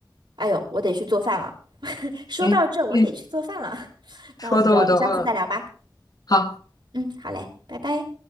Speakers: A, on the right; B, on the left.
A: 哎呦，我得去做饭了。说到这儿，
B: 哎，
A: 我得去做饭了。
B: 嗯，
A: <laughs>
B: 说的我都饿了。
A: 那我们就下次再聊吧。
B: 好。
A: 嗯，好嘞，拜拜。